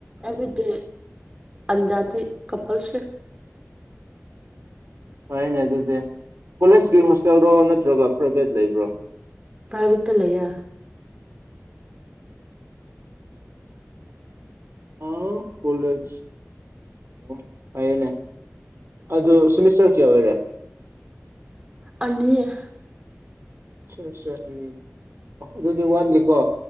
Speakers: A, on the right; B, on the right.
A: ꯑꯦꯕ꯭ꯔꯤ ꯗꯦ ꯑꯟꯗ ꯁꯤ
B: ꯎꯝ
A: ꯀꯝꯄꯜꯁꯔꯤ
B: ꯍꯅꯦ ꯑꯗꯨꯗꯤ ꯀꯣꯂꯦꯖꯀꯤ ꯍꯣꯁꯇꯦꯜꯔꯣ ꯅꯠꯇ꯭ꯔꯒ ꯄ꯭ꯔꯥꯏꯚꯦꯠ ꯂꯩꯕ꯭ꯔꯣ
A: ꯄ꯭ꯔꯥꯏꯚꯦꯠꯇ ꯂꯩꯌꯦ
B: ꯑꯥꯎ ꯀꯣꯂꯦꯖ ꯑꯣ ꯍꯥꯏꯅꯦ ꯑꯗꯨ ꯁꯤꯦꯃꯤꯁꯇꯔ ꯀꯌꯥ ꯑꯣꯏꯔꯦ
A: ꯑꯅꯤ
B: ꯁꯁꯅꯤ ꯑꯗꯨꯗꯤ ꯋꯥꯠꯂꯤꯀꯣ